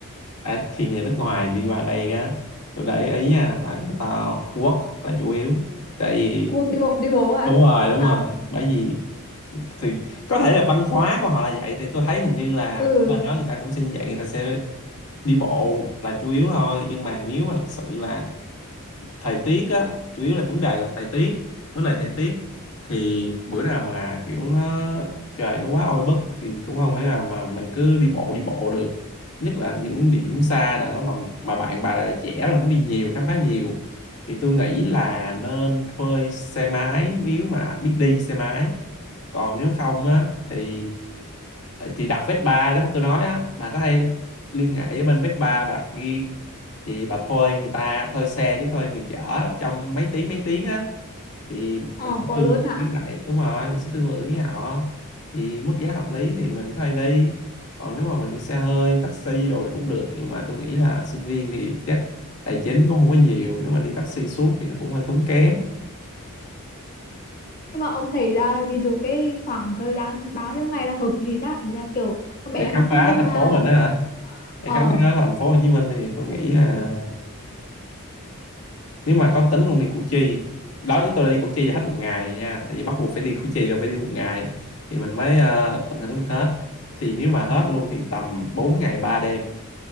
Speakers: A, on the left (about 75°); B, on the left (about 40°).
A: à, thì người nước ngoài đi qua đây á tôi để ý nha là người ta work là chủ yếu tại vì
B: cuộc đi bộ đi bộ hả
A: đúng rồi đúng
B: à
A: rồi bởi vì thì có thể là văn hóa của họ là vậy thì tôi thấy hình như là
B: ừ
A: ở bên đó người ta cũng sẽ như vậy người ta sẽ đi bộ là chủ yếu thôi nhưng mà nếu mà thật sự là thời tiết á chủ yếu là vấn đề là thời tiết vấn đề thời tiết thì bữa nào mà kiểu nó trời nó quá oi bức thì cũng không phải nào mà mình cứ đi bộ đi bộ được nhất là những địa điểm xa nào đó mà mà bạn bà lại là trẻ là muốn đi nhiều khám phá nhiều thì tôi nghĩ là nên thuê xe máy nếu mà biết đi xe máy còn nếu không á thì thì đặt Vespa giống tôi nói á bà có thể liên hệ với bên Vespa bà đặt riêng thì bà thuê người ta thuê xe với thuê người chở trong mấy tiếng mấy tiếng á thì
B: ờ
A: mình sẽ
B: có
A: thương
B: luôn
A: lượng
B: hả
A: với lại đúng rồi mình sẽ thương lượng với họ thì mức giá hợp lý thì mình thuê đi còn nếu mà mình đi xe hơi taxi rồi vậy cũng được nhưng mà tôi nghĩ là sinh viên thì chắc tài chính cũng không có nhiều nếu mà đi taxi suốt thì nó cũng hơi tốn kém
B: nhưng mà ông thấy là ví dụ cái khoảng thời gian bao nhiêu ngày là hợp lý ta ý là kiểu con
A: để
B: bé nó
A: khám
B: đang
A: phá
B: phân vân
A: thành
B: là
A: phố mình đó hả để
B: ờ
A: khám phá thành phố Hồ Chí Minh thì tôi nghĩ là nếu mà có tính luôn đi Củ Chi đó chứ tôi đã đi Củ Chi là hết một ngày rồi nha tại vì bắt buộc phải đi Củ Chi rồi phải đi một ngày thì mình mới ờ, tận hưởng được hết thì nếu mà hết luôn thì tầm bốn ngày ba đêm